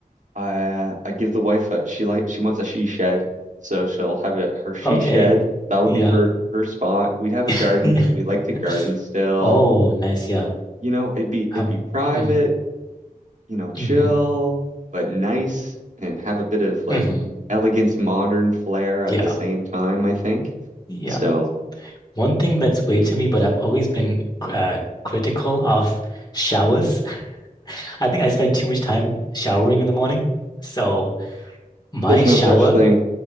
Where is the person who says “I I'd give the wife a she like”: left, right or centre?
Right